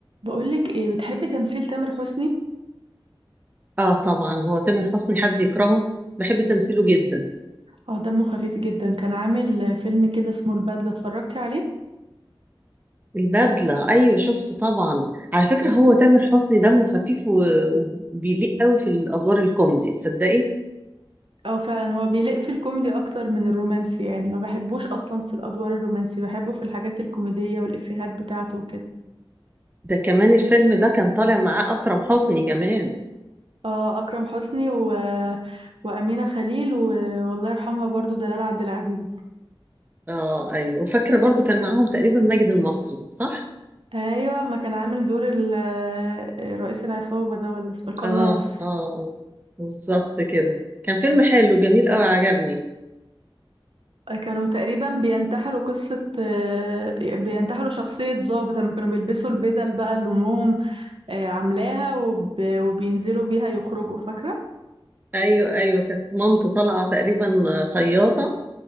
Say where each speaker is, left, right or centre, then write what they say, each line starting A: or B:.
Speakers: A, on the right (about 75°); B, on the right (about 20°).
A: بقولك ايه بتحبي تمثيل تامر حسني
B: اه طبعا هو تامر حسني حد يكرهه بحب تمثيله جدا
A: اه دمه خفيف جدا كان عامل فيلم كده اسمه البدلة اتفرجتي عليه
B: البدلة ايوه شفته طبعا على فكرة هو تامر حسني دمه خفيف و- وبيليق قوي في الادوار الكوميدي تصدقي
A: اه فعلا هو بيليق في الكوميدي اكتر من الرومانسي يعني ما بحبوش اصلا في الادوار الرومانسي بحبه في الحاجات الكوميدية والافيهات بتاعته وكده
B: ده كمان الفيلم ده كان طالع معاه اكرم حسني كمان
A: اه اكرم حسني و... وامينة خليل و... والله يرحمها برضو دلال عبد العزيز
B: اه ايوه وفاكرة برضو كان معاهم تقريبا ماجد المصري صح
A: ايوه ما كان عامل دور ال... رئيس العصابة ده ولا اسمه- القناص
B: اه اه اه بالظبط كده كان فيلم حلو جميل قوي عجبني
A: كانوا تقريبا بينتحلوا قصة آه، بينتحلوا شخصية ضابط لما كانوا بيلبسوا البدل بقى اللي أمهم آه، عاملاها وب... وبينزلوا بيها يخرجوا فاكرة؟
B: ايوه ايوه كانت مامته طالعة تقريبا خياطة